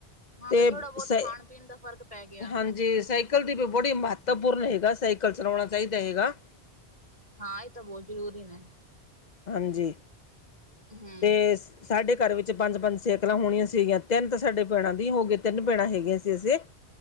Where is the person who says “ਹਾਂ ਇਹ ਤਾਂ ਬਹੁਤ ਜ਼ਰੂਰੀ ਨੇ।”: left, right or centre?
Right